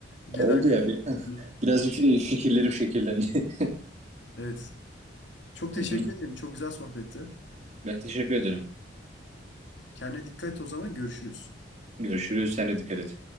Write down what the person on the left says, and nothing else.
Genel
kültürlü.
Evet. Çok teşekkür
ederim. Çok güzel sohbetti.
Kendine dikkat et o zaman görüşürüz.